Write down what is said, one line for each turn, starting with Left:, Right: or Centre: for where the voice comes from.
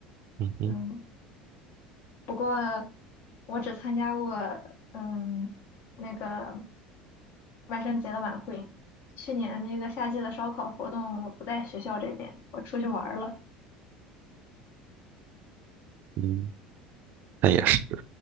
Right: 嗯哼，
Left: 嗯，不过我只参加过嗯那个万圣节的晚会。去年那个夏季的烧烤活动，我不在学校这边，我出去玩儿了。
Right: 嗯，那也是，